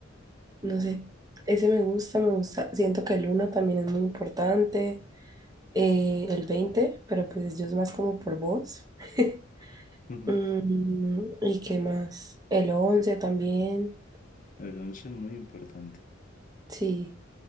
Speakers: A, on the right; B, on the left.
A: no sé,
B: <laughs>
A: ese me gusta, me gusta, siento que el uno también es muy importante, eh, el veinte pero pues yo es más como por voz. <laughs>
B: Ujú.
A: Mm, ¿y qué más? El 11 también.
B: El 11 es muy importante.
A: Sí,